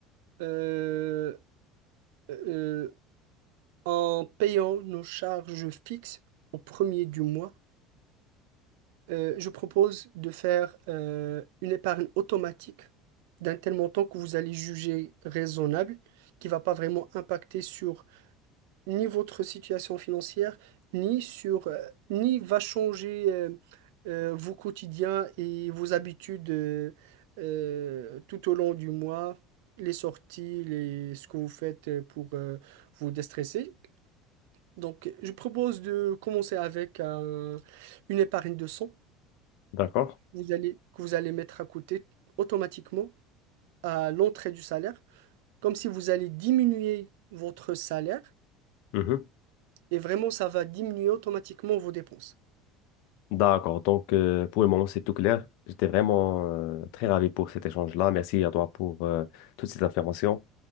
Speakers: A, on the right; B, on the left.
A: euh, euh, en payant nos charges fixes au premier du mois, Euh, je propose de faire euh, une épargne automatique d'un tel montant que vous allez juger raisonnable, qui va pas vraiment impacter sur ni votre situation financière, ni sur, euh, ni va changer euh, euh, vos quotidiens et vos habitudes euh, euh, tout au long du mois, les sorties, les, ce que vous faites pour euh, vous déstresser. Donc, je propose de commencer avec un- une épargne de cent
B: D'accord?
A: vous allez, que vous allez mettre à côté automatiquement à l'entrée du salaire, comme si vous allez diminuer votre salaire
B: Mhm.
A: et vraiment ça va diminuer automatiquement vos dépenses.
B: D'accord. Donc, euh, pour le moment, c'est tout clair. J'étais vraiment euh, très ravi pour cet échange-là. Merci à toi pour euh, toutes ces informations.